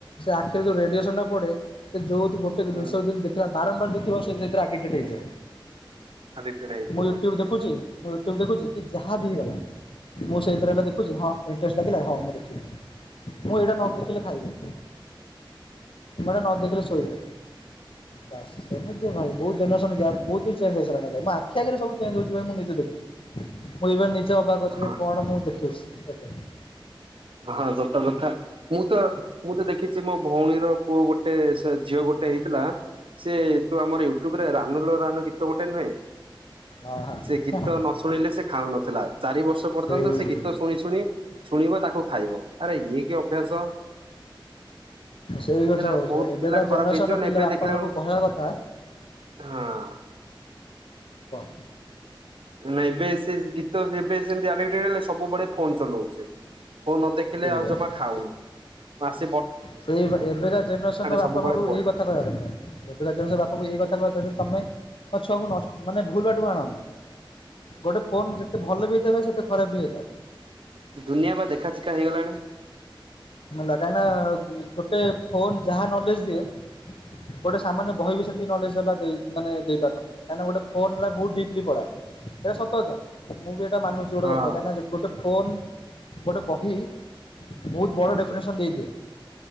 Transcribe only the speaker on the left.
ଆରେ ଯୋଉ ରେଡିଏସନା ପଡେ ସେ ଯୋଉ ଗୋଟେ ଜିନଷ
ଯଦ ଦେଖିଲ ବାରମ୍ବାର କି ସେ ସେଇଥିରେ ଆଡିଟେଡ୍ ହେଇଯିବ।
ମୁଁ ୟୁଟ୍ୟୁବ ଦେଖୁଛି। ମୁଁ ୟୁ୍ଟୁବ ଦେଖୁଛି। ଯାହା ବି ହେଇଗଲା ମୁଁ ସେଇଥିରେ ହେଲେ ଦେଖୁଛି ହଁ ଇଣ୍ଟରେଷ୍ଟ ଲାଗିଲା ହଁ ମୁ ଦେଖିବି ମୁଁ ଏଇଡ଼ା ନ ଦେଖିଲେ ଖାଇବିନି ମୁଁ ଏଡ଼ା ନ ଦେଖିଲେ ଶୋଇବ। ବାସ ସେମିତି ଭାଇ ବହୁତ ଜେନେରେସନ୍ ଗ୍ୟାପ୍ ବହୁତ ବି ଚେଞ୍ଜ ହେଇସରିଲାଣି ମୋ ଆଖି ଆଗରେ ସବୁ ଚେଞ୍ଜ ହଉଥିବାର ମୁଁ ନିଜେ ଦେଖିଛି। <unintelligible> ସେ ଅବାଗ ଅଛି
କଣ ମୁଁ ଦେଖିଅଛି। ଆଜ୍ଞା।
ଅ ହଁ
ସେଇ
ସେଇ କଥା
ହଉଛ
ଏବେ
ତା
ଜେନେରେସନ
ର
ପିଲା
ବାପା
ମାଙ୍କୁ
କହିବା କଥା
<inaudible>
ସେଇଆ
ସେଇ ଏବେକା ଜେନେରେସନର ବାପା
ମାଆଙ୍କୁ
ଏଇ କଥା କହିବା ଦରକାର ଏବେଳିକା ଜେନେସନର ବାପାଙ୍କୁ ଏଇ କଥା କହିବା ଦରକାର ଯେ ତମେ ମ ଛୁଆଙ୍କୁ ନଷ୍ଟ ମାନେ ଭୁଲ ବାଟୁ ଆଣନି ଗୋଟେ ଫୋନ ଯେତେ ଭଲ ବି ହେଇଥାଏ ସେତେ ଖରାପ ବି ହେଇଥାଏ
ହେଲା କାହିଁକିନା ଗୋଟେ ଫୋନ୍ ଯାହା ନଲେଜ ଦିଏ ଗୋଟେ ସାମାନ୍ୟ ବହି ବି ସେତିକି ନଲେଜ ଦେଲା ମାନେ ଦେଇପାରୁନଥିବ କାହିଁକିନା ଗୋଟେ ଫୋନଲା ବହୁତ ଡିପ୍ଲି ପଢ଼ା ଏଇଟା ସତ କଥା ମୁଁ ବି ମାନୁଛି ଗୋଟ
କଥା କାହିଁକିନା ଗୋଟେ ଫୋନ୍ ଗୋଟେ ବହି ବହୁତ ବଡ଼ ଡେଫିନେସନ୍ ଦେଇଥାିଏ